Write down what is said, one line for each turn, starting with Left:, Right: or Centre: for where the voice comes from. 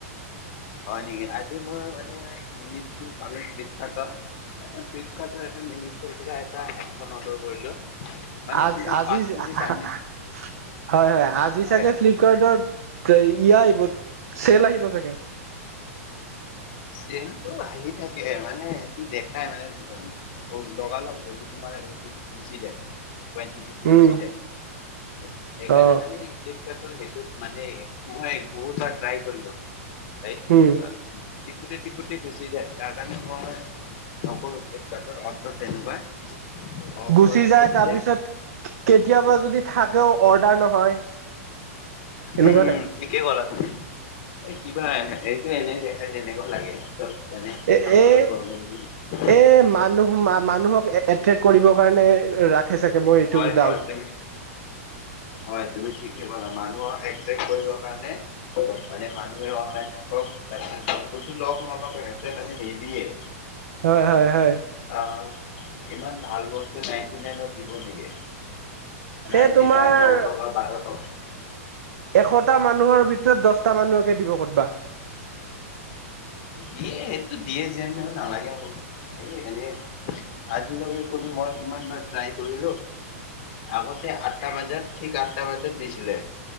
Left: হয় নেকি আজি মই মানে শছো চল থাক। এ ফ্লিপকাৰ্টৰ এটা মিনিৰ পৰা এটা হডখন অৰ্ডাৰ কৰিলো। মানে
Right: আজ
Left: তোমাৰ
Right: আজি
Left: পাঁচ
Right: জি
Left: মিনিট
Right: আঁহ
Left: আনি
Right: আঁহ হয় হয়, আজি
Left: হয়
Right: চাগে ফ্লিপকাৰ্টৰ ইয়া আহিব চেল আহিব চাগে?
Left: চেলটো আহি থাকে মানে সেইটো দেখাই মানে অম অ অ লগালগ সেইটো তোমাৰ সেইটো গুচি যায়। কোৱানটিটিটো গুচি
Right: উম
Left: যায় সে সেইকাৰণে
Right: অ
Left: মানে ফ্লিপকাৰ্টৰ সেইটোত মানে মই বহুতবাৰ ট্ৰাই কৰিলো এই
Right: উম
Left: আ টিপুতে টিপুতে গুচি যায় তাৰ কাৰণে মই নকৰো একবাৰ তৰ অৰ্ধ তেনেকুৱা। অফাৰ
Right: গুচি
Left: আহিব
Right: যায় তাৰ
Left: বোলে
Right: পিছত কেতিয়াবা যদি থাকেও অৰ্ডাৰ নহয়। এনেকুৱা
Left: উম, উম।
Right: টাইপ
Left: ঠিকে ক'লা তুমি এই কিবা এহে এইটো এনেই দেখাই যেনেকুৱা লাগে। তৰ তেনে
Right: এ
Left: ছাৰ্ভাৰৰ
Right: এ
Left: প্ৰব্লেম দিয়ে।
Right: এ মানুহ মা মানুহক এ এট্ৰেক কৰিবৰ কাৰণে ৰা খে চাগে মই এইটো
Left: হয়
Right: ডাউট
Left: হয় তুমি হয় তুমি ঠিকে ক'লা, মানুহৰ এট্ৰেক কৰিবৰ কাৰণে মানে মানুহে অনলাইন থাকক তাৰ বস্তুটো লওক নলওক সিহঁতে মানে নিদিয়ে।
Right: হয়, হয়, হয়।
Left: অ', ইমান ভাল বস্তু নাইনটি নাইনত দিব নেকি?
Right: সেই
Left: নাইনটি
Right: তোমাৰ
Left: নাইন, ন টকা, বাৰ টকা
Right: এশটা মানুহৰ ভিতৰত দচটা মানুহকে দিব কতবা।
Left: দিয়ে সেইটো দিয়ে যেন নালাগে মোক। এই এনে আজিলৈকে পুলি মই কিমান বাৰ ট্ৰাই কৰিলো আগতে আঠটা বাজাত, ঠিক আঠটা বাজাত দিছিলে।